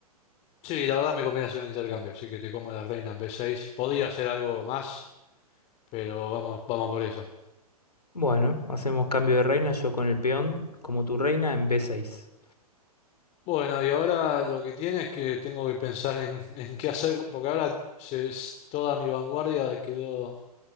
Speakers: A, on the left; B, on the left.
A: sí, la verdad me conviene hacer un intercambio, así que te como la reina en B6. Podía hacer algo más, pero vamos, vamos por esa.
B: Bueno, hacemos cambio de reina, yo con el peón como tu reina en b seis.
A: Bueno, y ahora lo que tiene es que tengo que pensar en, <laughs> en qué hacer, porque ahora se- s- toda mi vanguardia quedó.